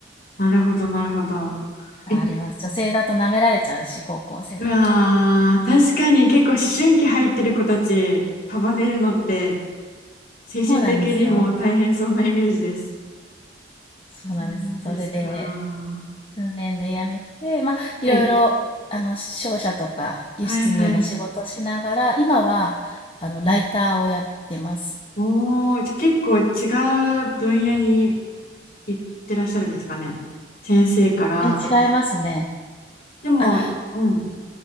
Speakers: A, on the left (about 55°); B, on the left (about 30°).
A: なるほど、なるほど。
B: あります。
A: え、
B: 女性だと舐められちゃうし、高校生だと。
A: うわー、確かに結構思春期入ってる子たち束ねるのって精神的にも大変そうなイメージです。
B: そうなんですよ。そうなんです。
A: そうなんですか。
B: それで、
A: は
B: 数年で辞めて、まあ、いろいろ、
A: い。
B: あの、商社とか輸出入の仕事しながら、
A: はいはい。
B: 今は、あの、ライターをやってます。
A: おー、じゃあ結構違う分野に行ってらっしゃるんですかね。先生から。
B: 全然違いますね。
A: でも、
B: あ、
A: うん。